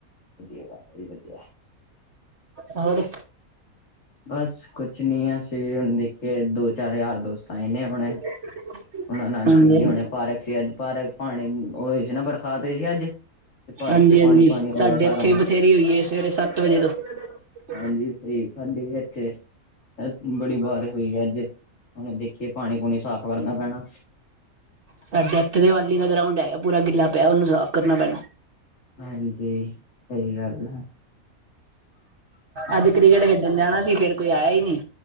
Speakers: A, on the left; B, on the right.
A: ਦੇ ਵੱਧ ਵਿ ਵਧੀਆ
B: ਹੋਰ
A: ਬਸ ਕੁਛ ਨੀ ਅਸੀਂ ਵੀ ਹੁਣ ਦੇਖੇ ਦੋ ਚਾਰ ਯਾਰ ਦੋਸਤ ਆਏ ਨੇ ਹੁਣੇ
B: <unintelligible>
A: ਉਹਨਾਂ ਨਾਲ
B: ਹਾਂਜੀ
A: ਖੇਲੀ
B: ਹਾਂਜੀ
A: ਹੋਣੇ ਪਾਰਕ ਸੀ ਅੱਜ ਪਾਰਕ ਪਾਣੀ ਹੋਈ ਸੀ ਨਾ ਬਰਸਾਤ ਹੋਈ ਸੀ ਅੱਜ ਤੇ ਪਾਰਕ
B: ਹਾਂਜੀ
A: ਚ
B: ਹਾਂਜੀ
A: ਪਾਣੀ ਪਾਣੀ ਹੋ
B: ਸਾਡੇ
A: ਗਿਆ ਸਾਰਾ
B: ਇੱਥੇ
A: ਹੁਣ
B: ਵੀ ਬਥੇਰੀ ਹੋਈ ਸਵੇਰੇ ਸੱਤ ਵਜੇ ਤੋਂ <unintelligible>
A: ਹਾਂਜੀ ਸਹੀ ਸਾਡੇ ਵੀ ਇੱਥੇ ਬੜੀ ਬਾਰਿਸ਼ ਹੋਈ ਆ ਅੱਜ ਹੁਣ ਦੇਖੀਏ ਪਾਣੀ ਪੂਣੀ ਸਾਫ਼ ਕਰਨਾ ਪੈਣਾ
B: ਸਾਡੇ ਇਥੇ ਦਿਵਾਲੀ ਦਾ ਗਰਾਉਂਡ ਹੈਗਾ ਪੂਰਾ ਗਿੱਲਾ ਪਿਆ ਉਹਨੂੰ ਸਾਫ਼ ਕਰਨਾ ਪੈਣਾ
A: ਹਾਂਜੀ ਸਹੀ ਗੱਲ ਆ
B: ਅੱਜ ਕ੍ਰਿਕਟ ਖੇਡਣ ਜਾਣਾ ਸੀ ਫੇਿਰ ਕੋਈ ਆਇਆ ਹੀ ਨੀ